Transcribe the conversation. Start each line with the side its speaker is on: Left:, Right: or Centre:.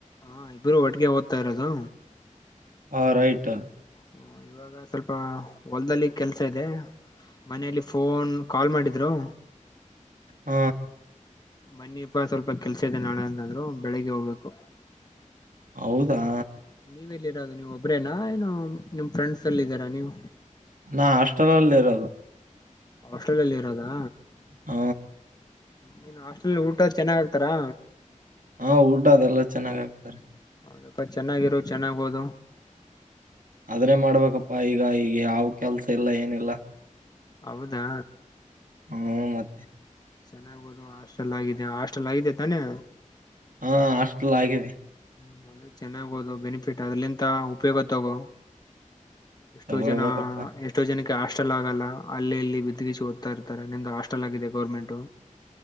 Left: ಹ ಇಬ್ರು ಒಟ್ಟಿಗೆ ಓದ್ತಾ ಇರೋದು
Right: ಹಾ ರೈಟ
Left: ಹ್ಮ್ ಇವಾಗ ಸ್ವಲ್ಪ ಹೊಲ್ದಲ್ಲಿ ಕೆಲ್ಸ ಇದೆ ಮನೆಯಲ್ಲಿ ಫೋನ್ ಕಾಲ್ ಮಾಡಿದ್ರು
Right: ಹ್ಮ
Left: ಬನ್ನಿಪ್ಪ ಸ್ವಲ್ಪ ಕೆಲ್ಸ ಇದೆ ನಾಳೆ ಅಂತಂದ್ರು ಬೆಳಿಗ್ಗೆ ಹೋಗ್ಬೇಕು
Right: ಹೌದಾ
Left: ಲ್ಲಿ ಇರೋದು ನೀವುಒಬ್ರೇನಾ ಏನು ನಿಮ್ ಫ್ರೆಂಡ್ಸ್ ಎಲ್ಲ ಇದೀರಾ ನೀವು
Right: ನಾ ಹಾಸ್ಟೆಲಲ್ಲಿ ಇರೋದು
Left: ಹಾಸ್ಟೆಲ್ ಇರೋದಾ
Right: ಹ್ಮ
Left: ನೀನ್ ಹಾಸ್ಟೆಲ್ ಊಟ ಚೆನ್ನಾಗ್ ಆಗ್ತಾರಾ
Right: ಹಾ ಊಟ ಅದೆಲ್ಲ ಚೆನ್ನಾಗ್ ಆಕ್ತಾರೆ
Left: ಹೌದಕ್ಕ ಚೆನ್ನಾಗಿರೋ ಚೆನ್ನಾಗ ಓದು
Right: ಆದ್ರೆ ಮಾಡ್ಬೇಕಪ್ಪಾ ಈಗ ಈಗ ಯಾವ ಕೆಲ್ಸ ಇಲ್ಲ ಏನಿಲ್ಲ
Left: ಹೌದಾ
Right: ಹ್ಮ ಮತ್ತೆ
Left: ಚೆನ್ನಾಗಬೋದು ಹಾಸ್ಟೆಲ್ ಆಗಿದೆ ಹಾಸ್ಟೆಲ್ ಆಗಿದೆ ತಾನೆ
Right: ಹಾ ಹಾಸ್ಟೆಲ್ ಲಾಗಿದೆ
Left: ಹ್ಮ ಅಂದೆ ಚೆನ್ನಾಗೋದು ಬೆನಿಫಿಟ್ ಅದಲಿಂತ ಉಪಯೋಗ ತಗೋ ಎಷ್ಟೋ
Right: ತಗೊಳ್ಬೇಕಪ್ಪ.
Left: ಜನ ಎಷ್ಟೋ ಜನಕ್ಕೆ ಹಾಸ್ಟೆಲ್ ಆಗಲ್ಲ ಅಲ್ಲಿ ಇಲ್ಲಿ ಬಿದಗಿಸಿ ಓದ್ತಾ ಇರ್ತಾರೆ ನಿಂಗೆ ಹಾಸ್ಟೆಲ್ ಆಗಿದೆ ಗೌರ್ಮೆಂಟ್